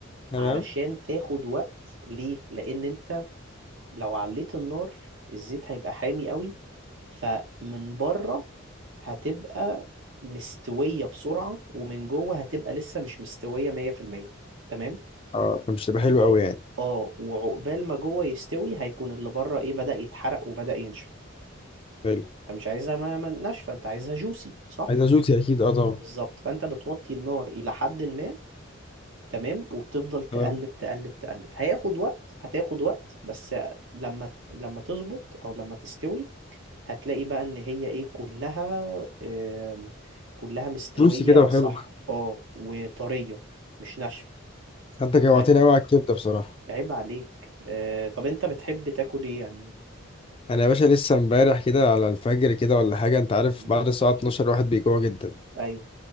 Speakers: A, on the left (about 25°); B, on the right (about 70°).
A: تمام
B: علشان تاخد وقت ليه لان انت لو عليت النار الزيت هيبقى حامي قوي فمن بره هتبقى مستوية بسرعة ومن جوه هتبقى لسه مش مستوية 100% تمام
A: اه فمش تبقى
B: وع...
A: حلو قوي يعني
B: اه وعقبال ما جوه يستوي هيكون اللي بره ايه بدأ يتحرق وبدأ ينشف
A: حلو
B: انت مش عايزها ما- ما- ناشفه انت عايزها جوسي صح
A: عايزها جوسي اكيد اه طبعا
B: بالظبط فانت بتوطي النار الى حد ما تمام وبتفضل تقلب
A: تمام
B: تقلب تقلب هياخد وقت هتاخد وقت بس لما لما تظبط او لما تستوي هتلاقي بقى ان هي ايه كلها آم، كلها مستوية
A: جوسي كده وحلو
B: صح اه وطرية مش ناشفة
A: انت جوعتني
B: تمام
A: قوي على الكبده بصراحه
B: عيب عليك آه، طب انت بتحب تاكل ايه يعني
A: انا يا باشا لسه امبارح كده على الفجر كده ولا حاجه انت عارف
B: مم.
A: بعد الساعه 12 الواحد بيجوع جدا
B: ايوه